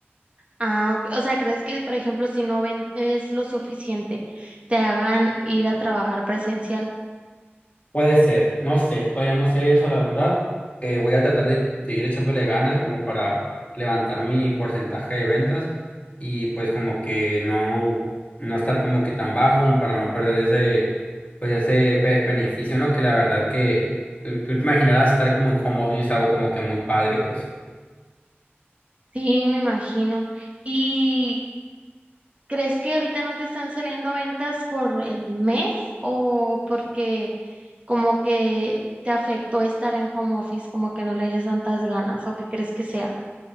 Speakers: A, on the right; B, on the left.
A: Ah, ok. O sea, ¿crees que, por ejemplo, si no vendes lo suficiente, te hagan ir a trabajar presencial?
B: Puede ser, no sé, todavía no sé eso, la verdad. Eh, voy a tratar de seguir echándole ganas como para levantar mi porcentaje de ventas y pues como que no, no estar como que tan bajo como para no perder ese, pues ese be- beneficio, ¿no? Que la verdad que tú, tú te imaginarás estar como en home office, es algo como que muy padre, pues.
A: Sí, me imagino. ¿Y ¿Crees que ahorita no te están saliendo ventas por el mes o porque como que te afectó estar en home office, como que no le dices tantas ganas o qué crees que sea?